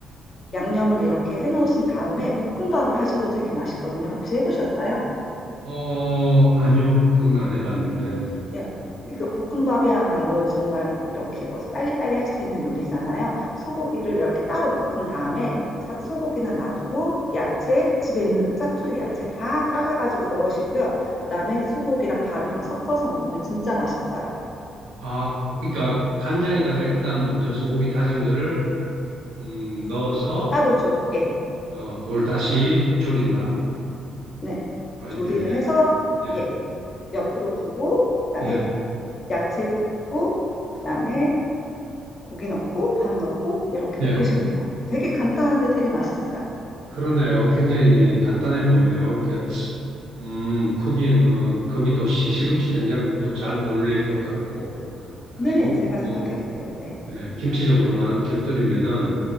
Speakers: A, on the left; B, on the right.
A: 양념을 이렇게 해놓으신 다음에 볶음밥을 하셔도 되게 맛있거든요. 혹시 해보셨어요?
B: 어, 아니요. 그건 안 해봤는데.
A: 예, 이거 볶음밥이야말로 정말 이렇게 뭐지 빨리빨리 할 수 있는 요리잖아요. 소고기를 이렇게 따로 볶은 다음에 사- 소고기는 놔두고 야채 집에 있는 짜투리 야채 다 잘라가지고 넣으시고요. 그 다음에 소고기랑 밥이랑 섞어서 먹으면 진짜 맛있어요.
B: 아, 그러니까 간장에다가 일단 먼저 소고기 다진 거를 음, 넣어서
A: 따로 조리 예,
B: 어, 그걸 다시 조린다.
A: 네
B: 프라이팬에.
A: 조리를 해서
B: 예.
A: 예 옆으로 두고 그다음에
B: 예.
A: 야채 볶고 그다음에 고기 넣고 밥 넣고 이렇게 볶으시면
B: 예.
A: 돼요. 되게 간단한데 되게 맛있어요.
B: 그러네요. 굉장히 간단해 보이네요. 그러니까 음, 거기는, 거기도 시, 시금치 된장국도 잘 어울릴 것 같고, 그리고
A: 네, 제가
B: 뭐,
A: 생각해도 그래요. 네,
B: 예, 김치 정도만 곁들이면은,